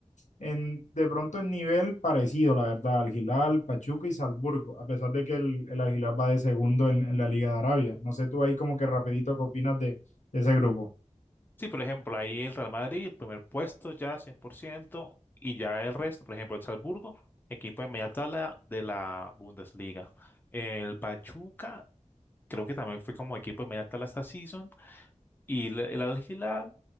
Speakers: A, on the left (about 80°); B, on the left (about 15°).
A: en, de pronto en nivel parecido, la verdad, al Hilal, Pachuca y Salzburgo, a pesar de que el, el Al Hilal va de segundo en, en la Liga de Arabia. No sé tú ahí como que rapidito qué opinas de, de ese grupo.
B: sí, por ejemplo, ahí el Real Madrid, el primer puesto ya 100% y ya el resto, por ejemplo, el Salzburgo, equipo de media tabla de la Bundesliga. El Pachuca, creo que también fue como equipo de media tabla esta season, y el, el Al Hilal,